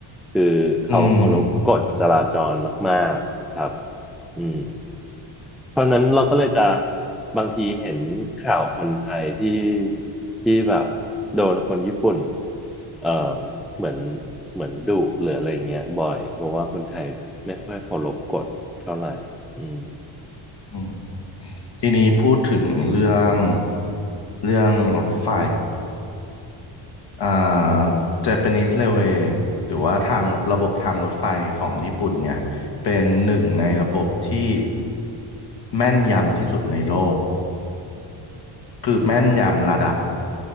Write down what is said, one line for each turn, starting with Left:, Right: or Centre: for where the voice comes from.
Centre: คือเขาเคารพกฎจราจรมากๆครับ
Left: อืม
Centre: อืม เพราะฉะนั้นเราก็เลยจะบางทีเห็นข่าวคนไทยที่ที่แบบโดนคนญี่ปุ่นเอ่อเหมือนเหมือนดุหรืออะไรเงี้ยบ่อยเพราะว่าคนไทยไม่ค่อยเคารพกฎเท่าไหร่อืม
Left: อืมทีนี้พูดถึงเรื่องเรื่องรถไฟอ่า Japanese Railway หรือว่าทางระบบทางรถไฟของญี่ปุ่นเนี่ยเป็นหนึ่งในระบบที่แม่นยำที่สุดในโลกคือแม่นยำระดับ